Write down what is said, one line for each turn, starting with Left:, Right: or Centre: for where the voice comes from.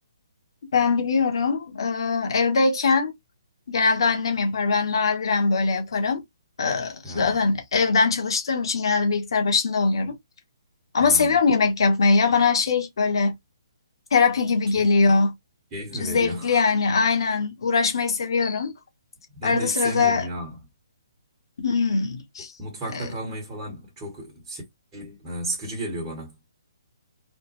Left: Ben biliyorum. Ee, evdeyken genelde annem yapar. Ben nadiren böyle yaparım. Ee,
Right: Ha,
Left: zaten evden çalıştığım için genelde bilgisayar başında oluyorum. Ama
Right: ha.
Left: seviyorum yemek yapmayı. Ya bana şey böyle terapi gibi
Right: Keyif,
Left: geliyor.
Right: keyif
Left: Zevkli
Right: mi veriyor?
Left: yani aynen. Uğraşmayı seviyorum.
Right: <laughs> Ben
Left: Arada
Right: de hiç
Left: sırada
Right: sevmiyorum ya.
Left: hmm,
Right: Mutfakta
Left: e,
Right: kalmayı falan çok şey, e, sıkıcı geliyor bana.